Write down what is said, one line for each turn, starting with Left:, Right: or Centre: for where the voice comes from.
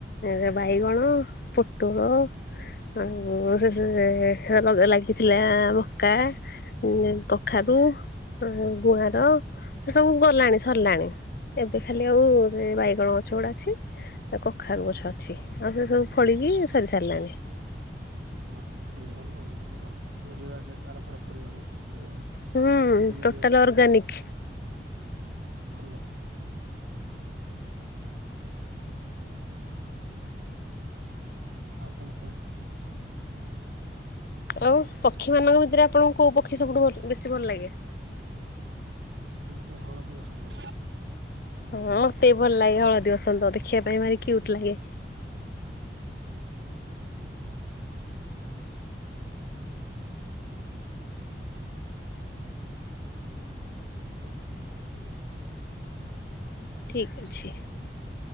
Left: ଏ ବାଇଗଣ ପୋଟଳ <unintelligible> ଲାଗିଥିଲା ମକା ଉଁ କଖାରୁ ଗୁଆଁର ସେସବୁ ଗଲାଣି ସରିଲାଣି ଏବେ ଖାଲି ଆଉ ସେବାଇଗଣ ଗଛ ଗୁଡ଼ା ଅଛି। ଆଉ କଖାରୁ ଗଛ ଅଛି ଆଉ ସେସବୁ ଫଳିକି ସରି ସାରିଲାଣି।
Right: ଓହୋ ଭଲ ଯିନିଷ ଗୁଡ଼ା ଜୋଉ ବାଡ଼ିରେ ସାର ଫାର ପଡ଼ିବନି। କିଛି ପଡ଼ିବନି
Left: ହୁଁ
Right: <unintelligible>
Left: ଟୋଟାଲ ଅର୍ଗାନିକ୍
Right: ଭଲ ଲାଗେ ଭଲ। ଆଉ କଣ କହନ୍ତୁ?
Left: ଆଉ ପକ୍ଷୀମାନଙ୍କ ଭିତରେ ଆପଣଙ୍କୁ କେଉଁ ପକ୍ଷୀ ସବୁଠୁ ଭଲ ବେଶୀ ଭଲ ଲାଗେ।
Right: ମୋତେ ହଳଦୀ ବସନ୍ତ।
Left: ହଁ ମତେବି ଭଲଲାଗେ ହଳଦୀ ବସନ୍ତ ଦେଖିବା ପାଇଁ ଭାରି କ୍ୟୁଟ୍ ଲାଗେ।
Right: ହଁ ହଁ। ହଉ।
Left: ଠିକ୍ ଅଛି।